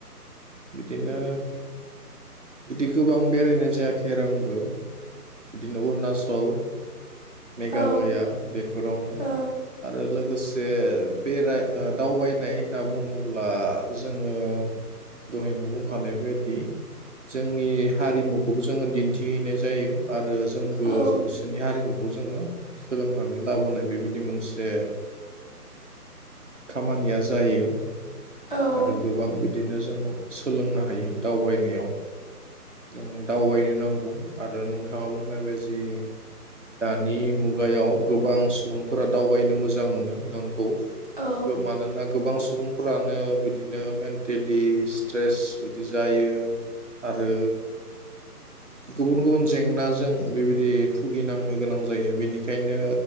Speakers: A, on the right (about 50°); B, on the left (about 35°).
A: बिदिनो बिदि गोबां बेरायनाय जायाखै आरो आंबो। बिदिनो अरुनाचल मेघालया
B: ओ
A: बेफोरावनो
B: औ
A: आरो लोगोसे जे बेराय दावबायनाय होनना बुङो अब्ला जोङो दहायनो बुंखानाय बादि जोंनि हारिमुखौबो जोङो दिन्थिहैनाय जायो आरो जोंबो
B: ओ औ
A: बिसोरनि हारिमुखौ जोङो सोलोंनानै लाबोनाय बेबायदि मोनसे खामानिया जायो।
B: औ
A: आरो गोबां बिदिनो जों सोलोंनो हायो दावबायनायाव जों दावबायनो नांगौ आरो नोंथाङा बुंनायबादि दानि मुगायाव गोबां सुबुंफोरा दावबायनो मोजां मोनो नंगौ
B: औ
A: मानोना गोबां सुबुं ओनो बिदोनो मेन्टेलिस चिट्रेस बिदि जायो आरो गुबन गुबन। जेंनाजों बेबायदि फुगिनांनो गोनां जायो। बेनिखायनो